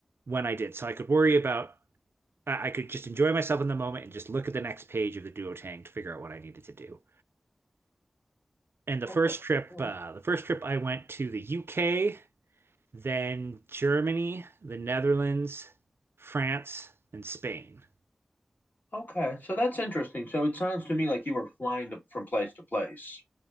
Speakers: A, on the right; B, on the left.
A: when I did, so I could worry about I I could just enjoy myself in the moment and just look at the next page of the duotang to figure out what I needed to do. And the
B: Okay.
A: first trip,
B: Mm.
A: uh, the first trip I went to the UK, then Germany, the Netherlands, France, and Spain.
B: Okay. So that's interesting. So it sounds to me like you were flying to, from place to place.